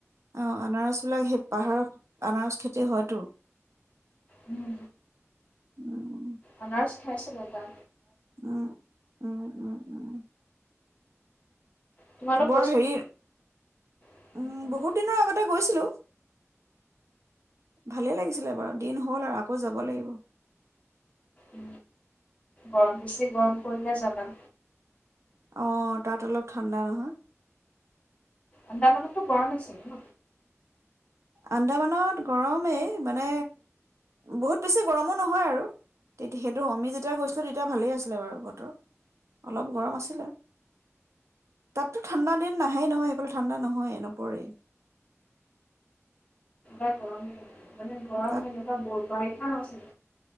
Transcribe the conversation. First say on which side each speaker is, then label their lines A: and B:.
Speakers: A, on the right; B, on the left.
A: আহ আনাৰস বিলাক সেই পাহাৰৰ আনাৰস খেতি হয়তো
B: উম
A: উম।
B: আম খেছিল বতা
A: উম উম উম উম
B: তোমালোক
A: বৰ হেৰি
B: গৈছানে
A: উম বহুত দিনৰ আগতে গৈছিলো ভালেই লাগিছিলে বাৰু দিন হ'ল আৰু আকৌ যাব লাগিব
B: উ গৰম বেছি গৰম পৰিলে জাবা
A: অ তাত অলপ ঠাণ্ডা নহয়
B: আন্দামানতো কৰা় নছিল ন
A: আন্দামানত গৰমেই মানে বহুত বেছি গৰমো নহয় আৰু তে সেইটো আমি যেতিয়া গৈছিলোঁ তেতিয়া ভালেই আছিলে বাৰু বতৰ অলপ গৰম আছিলে তাততো ঠাণ্ডা দিন নাহেই নহয় সেইফালে ঠাণ্ডা নহয়েই নপৰেই
B: তাত গৰমে মানে গৰম
A: তাত
B: এনেকুৱা বৰপাহি খ উ